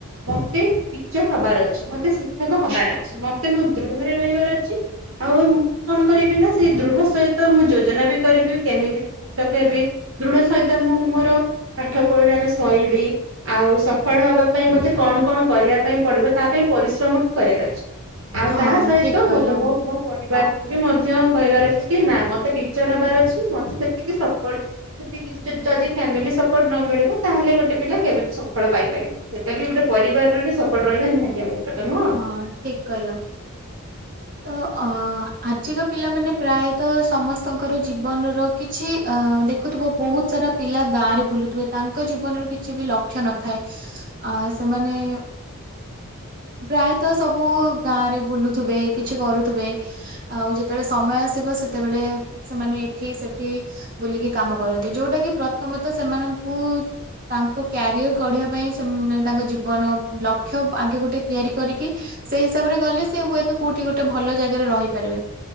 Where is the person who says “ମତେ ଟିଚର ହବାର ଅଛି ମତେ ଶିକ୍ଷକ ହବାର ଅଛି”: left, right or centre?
Right